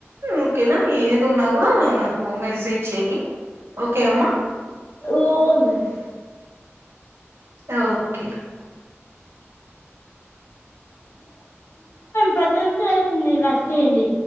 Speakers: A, on the right; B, on the left.
A: ఓకేనా ఏదున్నా కూడా నాకు ఓ మెసేజ్ చెయ్య ఓకే అమ్మ
B: ఓకే మేడం
A: ఓకే
B: పదింత అవుతుంది కష్టయండి